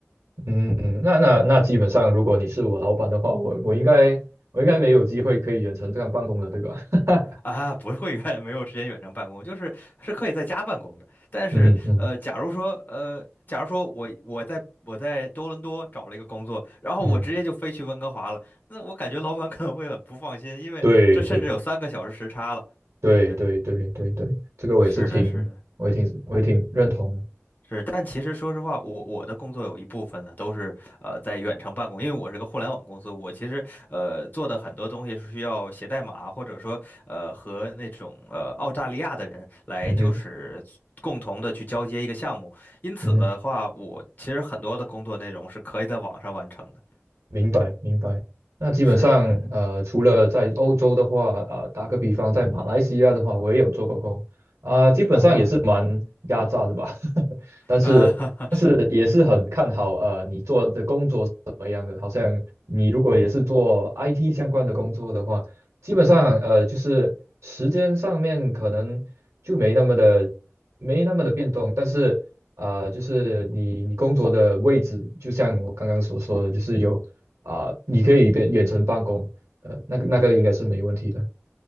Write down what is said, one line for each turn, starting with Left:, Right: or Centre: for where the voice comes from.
Right: 嗯嗯，那那那基本上，如果你是我老板的话，我我应该我应该没有机会可以远程这样办公了，对吧？<laughs>
Left: 啊，不是会员没有时间远程办公，就是是可以在家办公的。但是，
Right: 嗯嗯
Left: 呃，假如说，呃，假如说我我在我在多伦多找了一个工作，然后我直接就飞去温哥华了，
Right: 嗯，
Left: 那我感觉老板可能会很不放心，因为这甚至有三个小时时差了，
Right: 对对。对对对对对，
Left: 对不对？
Right: 这个我也是挺，
Left: 是的，是的。
Right: 我也挺，我也挺认同的。
Left: 是，但其实说实话，我我的工作有一部分呢都是呃在远程办公，因为我是个互联网公司，我其实呃做的很多东西是需要写代码，或者说呃和那种呃澳大利亚的人来就是共同的去交接一个项目，
Right: 嗯哼，
Left: 因此的话，
Right: 嗯哼，
Left: 我其实很多的工作内容是可以在网上完成的。
Right: 明白明白。那基本上，
Left: 是的，是的，
Right: 呃，除了在欧洲的话，啊、打个比方，在马来西亚的话，我也有做过工，啊、基本上也是蛮压榨的吧。
Left: 啊
Right: <laughs> 但是。
Left: 啊，<laughs> 是的，
Right: 也是很看好呃你做的工作是怎么样的。好像你如果也是做 IT 相关的工作的话，基本上呃就是时间上面可能就没那么的没那么的变动，但是啊、呃就是你你工作的位置，就像我刚刚所说的，就是有啊、你可以远远程办公，呃那个那个应该是没问题的。